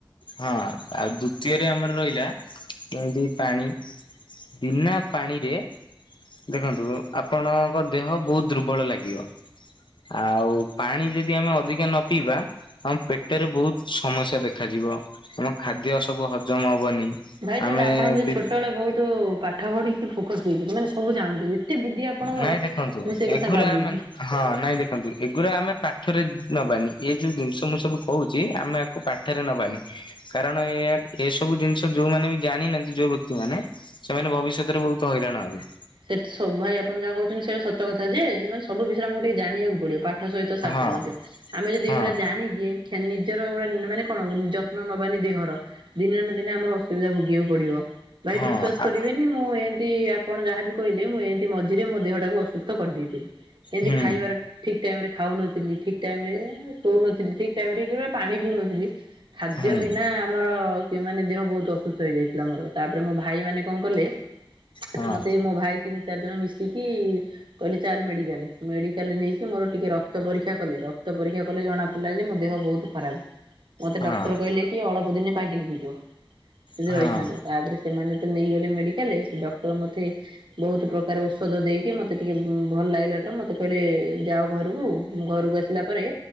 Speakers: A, on the left; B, on the right.
A: ହଁ ଆଉ ଦ୍ଵିତୀୟରେ ଆମର ରହିଲା ଯେମିତି ପାଣି। ବିନା ପାଣିରେ ଦେଖନ୍ତୁ ଆପଣ। ଙ୍କ ଦେହ ବହୁତ ଦୁର୍ବଳ ଲାଗିବ ଆଉ ପାଣି ଯଦି ଆମେ ଅଧିକା ନ ପିଇବା। ଆମ ପେଟରେ ବହୁତ ସମସ୍ୟା ଦେଖାଯିବ ଆମ ଖାଦ୍ୟ ସବୁ ହଜମ ହବନି।
B: ଭାଇ
A: ଆମେ
B: ତାହେଲେ ଆପଣ ବୋଧେ
A: ବି
B: ଛୋଟବେଳେ ବହୁତ ପାଠ ପଢିକି ଫୋକସ ଦେଇଛନ୍ତି ମାନେ ସବୁ ଜାଣନ୍ତି। ଏତେ ବୁଦ୍ଧି ଆପଣଙ୍କର
A: ନାଇଁ
B: ମୁଁ
A: ଦେଖନ୍ତୁ
B: ସେଇ
A: ଏଗୁରା
B: କଥା ଭାବୁଚି।
A: ମାନେ ହଁ ନାଇଁ ଦେଖନ୍ତୁ ଏଗୁରା ଆମେ ପାଥରେ ନବାନି ଏ ଯୋଉ ଜିନିଷ ମୁଁ ସବୁ। କହୁଛି ଆମେ ୟାକୁ ପାଠରେ ନବାନି। କାରଣ ଏୟା ଏସବୁ ଜିନିଷ ଯୋଉମାନେ ବି ଜାଣିନାହାନ୍ତି ଯୋଉ ବ୍ୟକ୍ତି ମାନେ ସେମାନେ ଭବିଷ୍ୟତରେ ବହୁ ତ ହଇରାଣ ହବୁ।
B: ସେ <unintelligible> ଭାଇ ଆପଣ ଯାହା କହୁଛନ୍ତି ସେରା ସତ କଥା ଯେ ମାନେ ସବୁ ବିଷୟରେ ଆମକୁ ଟିକେ ଜାଣିବାକୁ ପଡିବ ପା ପାଠ ସହିତ ସାଠ
A: ହଁ
B: ମଧ୍ୟ ଆମେ ଯଦି
A: ହଁ
B: ଏଗୁରା ଜାଣିିକି ନିଜର ଗୋଟେ ମାନେ କଣ ହବ ଯତ୍ନ ନବାନି ଦିହର। ଦିନେ ନା ଦିନେ ଆମର ଅସୁବିଧା ଭୋଗିବାକୁ ପଡିବ ଭାଇ
A: ହଁ
B: ବିଶ୍ଵାସ
A: ଆ
B: କରିବେନି ମୁଁ ଏ ଏମିତି ଆପଣ ଯାହାବି କହିଲେ ମୁଁ ଏମତି ମଝିରେ ମୋ ଦେହଟାକୁ ଅସୁସ୍ଥ କରିଦେଇଥିଲି ଏମିତି
A: ହୁଁ
B: ଖାଇବାର ଠିକ ଟାଇମ ରେ ଖାଉନଥିଲି ଠିକ ଟାଇମ ରେ ଶୋଉନଥିଲି ଠିକ ଟାଇମ ରେ <unintelligible> ପାଣି ପିଉନଥିଲି। ଖାଦ୍ୟ
A: ହୁଁ
B: ବିନା ଆମର କି ମାନେ ଦେହ ବହୁତ ଅସୁସ୍ଥ ହେଇଯାଇଥିଲା ମୋର ତାପରେ ମୋ ଭାଇ ମାନେ କଣ କଲେ।
A: ହଁ
B: ମତେ ମୋ ଭାଇ ତିନି ଚାରି ଜଣ ମିଶିକି। କହିଲେ ଚାଲେ ମେଡିକାଲେ ମେଡିକାଲେ ନେଇକି ମୋର ଟିକେ ରକ୍ତ ପରୀକ୍ଷା କଲେ ରକ୍ତ ପରୀକ୍ଷା କଲେ ଜଣା ଲା ଯେ ମୋ ଦେହ ବହୁତ ଖରାପ। ମତେ
A: ହଁ
B: ଡକ୍ଟର କହିଲେ କି ଅଳପ ଦିନେ ପାଗିଲିି ହେଇ ଯିବ ଯଦି
A: ହଁ
B: ରହିଥାନ୍ତ ତାପରେ ସେମାନେ ତ ନେଇଗଲେ ମେଡିକାଲରେ ସେ ଡକ୍ଟର ମତେ। ବହୁତ ପ୍ରକାର ଔଷଧ ଦେଇକି ମତେ ଟିକେ ଭଲ ଲାଗିଲା ଟା ମତେ କହିଲେ ଯାଅ ଘରକୁ ଘରକୁ ଆ ସିଲା ପରେ